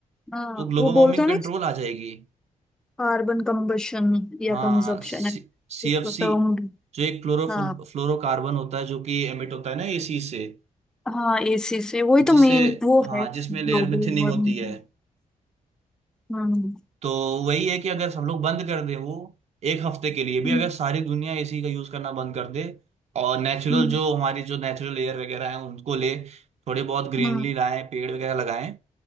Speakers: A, in the centre; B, on the right.
A: हाँ
B: तो ग्लोबल
A: वो बोलते
B: वार्मिंग
A: हैं ना
B: कंट्रोल आ जाएगी
A: कार्बन कंबशन या
B: हाँ
A: कंजप्शन
B: सी
A: है इसका
B: एफ सी
A: टर्म भी
B: जो एक क्लोरो
A: हाँ
B: फ्लोरोकार्बन होता है जो कि एमिट होता है ना एसी से
A: हाँ एसी से वही
B: जिससे
A: तो मेन वो
B: हाँ
A: है Global
B: जिसमें लेयर में थिनिंग
A: warming
B: होती है
A: हम्म
B: तो वही है कि अगर सब लोग बंद कर दे वो एक हफ्ते के लिए
A: हम्म
B: भी अगर सारी दुनिया एसी का यूज करना बंद कर दे और नेचुरल
A: हम्म
B: जो हमारी जो नेचुरल एयर वगैरह है उनको ले थोड़े बहुत ग्रीनरी
A: हम्म, हम्म।
B: लाएं पेड़ वगैरह लगाएं